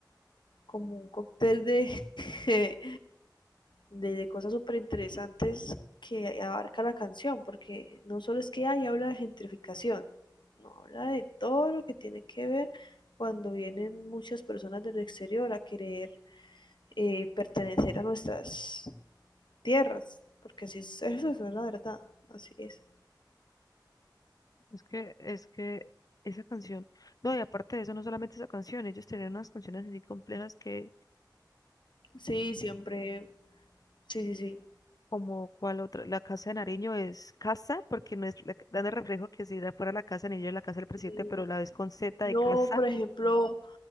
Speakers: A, on the left; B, on the left.
A: como un cóctel de, <laughs> de, de cosas súper interesantes que abarca la canción, porque no solo es que hay habla de gentrificación, no habla de todo lo que tiene que ver cuando vienen muchas personas del exterior a querer eh, pertenecer a nuestras tierras, porque así es, <laughs> eso es la verdad, así es.
B: Es que, es que esa canción, no, y aparte de eso, no solamente esa canción, ellos tenían unas canciones así complejas que,
A: Sí, siempre, sí, sí, sí.
B: Como cuál otra, la Casa de Nariño es casa, porque no es, la- dan el reflejo que si fuera la Casa de Nariño es la Casa del Presidente,
A: Mm,
B: pero la ves con Z
A: No,
B: de casa,
A: por ejemplo,